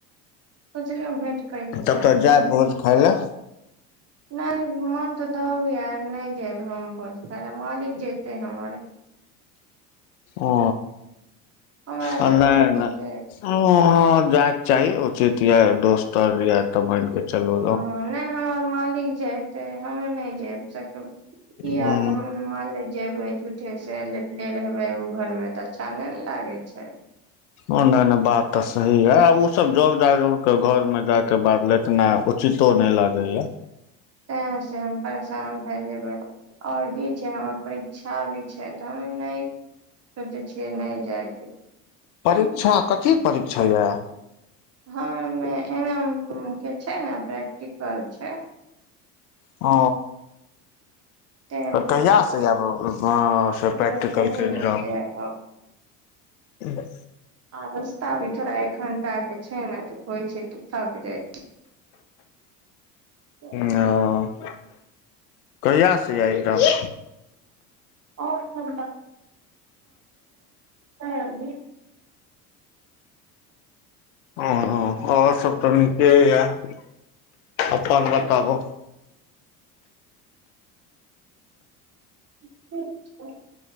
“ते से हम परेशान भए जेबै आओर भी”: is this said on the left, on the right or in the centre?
Right